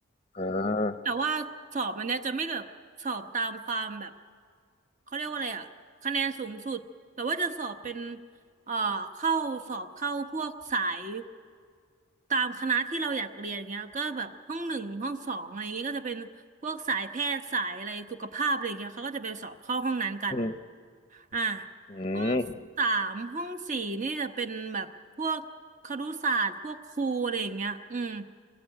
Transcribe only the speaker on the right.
แต่ว่าสอบมันเนี้ยจะไม่แบบสอบตามความแบบเขาเรียกว่าอะไรอะคะแนนสูงสุดแต่ว่าจะสอบเป็นเอ่อเข้าสอบเข้าพวกสายตามคณะที่เราอยากเรียนเงี้ยก็แบบห้องหนึ่งห้องสองอะไรเงงี้ยก็จะเป็นพวกสายแพทย์สายอะไรสุขภาพอะไรเงี้ยเขาก็จะไปสอบเข้าห้องนั้นกัน
อ่า
ห้องสามห้องสี่นี่จะเป็นแบบพวกครุศาสตร์พวกครูอะไรอย่างเงี้ยอืม